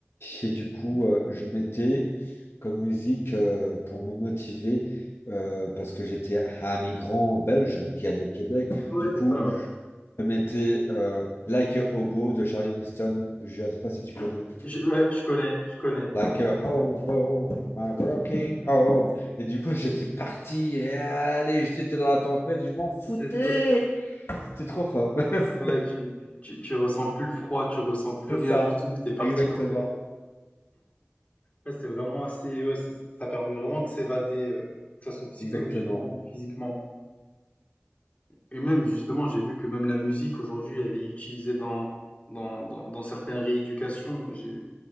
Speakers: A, on the left (about 70°); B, on the left (about 35°).
A: Et du coup, euh, je mettais comme musique euh, pour me motiver, euh, parce que j'étais un migrant belge qui allait au Québec.
B: Ouais,
A: Du
B: c'est
A: coup,
B: ça, ouais.
A: je mettais euh, Like a Hobo de Charlie Winston. Je ne sais pas si tu connais.
B: Je, ouais, je connais, je connais.
A: Like a hobo in my broken home. Et du coup, j'étais parti. Et allez, j'étais dans la tempête. Je m'en foutais.
B: C'est ça.
A: C'est trop fort. <laughs>
B: Ouais, tu, tu, tu ressens plus le froid, tu ressens plus
A: C'est
B: rien
A: ça.
B: du tout, t'es parti
A: Exactement.
B: en fait. Ouais, c'est vraiment assez, ouais, c'est- ça permet vraiment de s'évader, euh, que ce soit psychologiquement
A: Exactement.
B: ou physiquement. Et même, justement, j'ai vu que même la musique aujourd'hui, elle est utilisée dans, dans, dans, dans certaines rééducations. J'ai,